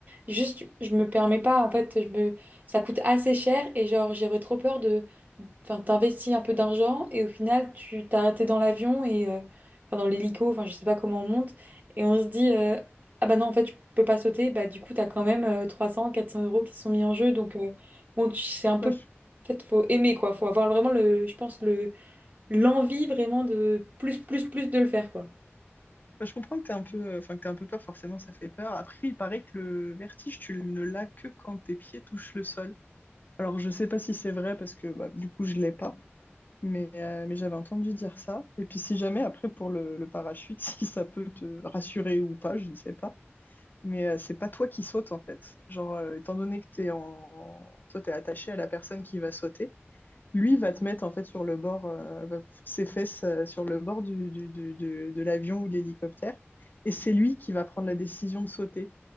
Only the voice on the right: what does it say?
Juste, je me permets pas, en fait, je me... ça coûte assez cher et genre, j'aurais trop peur de enfin, t'investis un peu d'argent et au final, tu t'es arrêté dans l'avion et euh, enfin, dans l'hélico, enfin, je sais pas comment on monte. Et on se dit, euh, ah bah non, en fait, je peux pas sauter. Bah, du coup, t'as quand même euh, 300, 400 euros qui sont mis en jeu. Donc, euh, bon, tu- c'est un peu.
En
fait, faut aimer, quoi. Faut avoir vraiment, le, je pense, le, l'envie vraiment de plus, plus, plus de le faire, quoi.